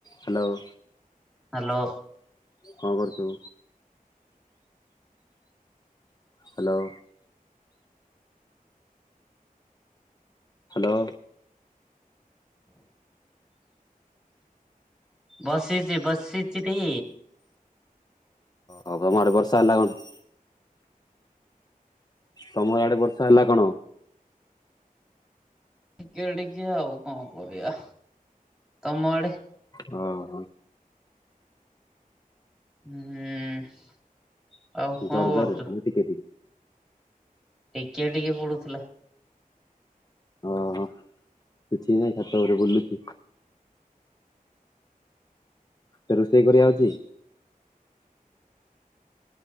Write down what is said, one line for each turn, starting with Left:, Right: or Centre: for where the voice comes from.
Left: Hello.
Centre: Hello.
Left: କଣ କରୁଛୁ? Hello. Hello.
Centre: ବସିଛି ବସିଛି ରେ।
Left: ହଁ ତମ ଆଡେ ବର୍ଷା ହେଲା କଣ? ତମ ଆଡେ ବର୍ଷା ହେଲା କଣ?
Centre: ଟିକେ ଟିକେ ଆଉ କଣ କରିବା ତମ ଆଡେ?
Left: ହଁ ହଁ।
Centre: ହୁଁ। ଆଉ କଣ
Left: ଜୋର୍
Centre: କରୁଛୁ?
Left: ଯୋର୍ <unintelligible> ଟିକେ ଟିକେ?
Centre: ଟିକେ ଟିକେ ପଡୁଥିଲା।
Left: ଅ ହଁ କିଛି ନାହିଁ ଛାତ ଉପରେ ବୁଲୁଚି। ତେ ରୋଷେଇ କରି ଆଉଚି?